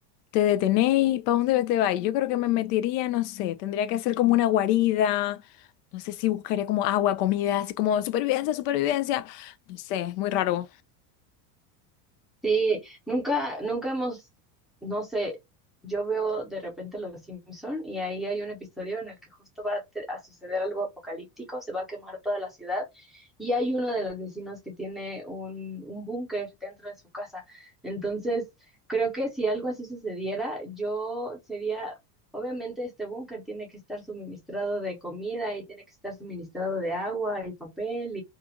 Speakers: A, on the left (about 80°); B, in the centre.
A: te detenés, ¿para dónde te vas? Yo creo que me metería, no sé, tendría que hacer como una guarida, no sé si buscaría como agua, comida, así como supervivencia, supervivencia, no sé, es muy raro.
B: Sí, nunca, nunca hemos, no sé, yo veo de repente Los Simpson y ahí hay un episodio en el que justo va a, te- a suceder algo apocalíptico, se va a quemar toda la ciudad y hay uno de los vecinos que tiene un, un búnker dentro de su casa. Entonces, creo que si algo así sucediera, yo sería, obviamente este búnker tiene que estar suministrado de comida y tiene que estar suministrado de agua y papel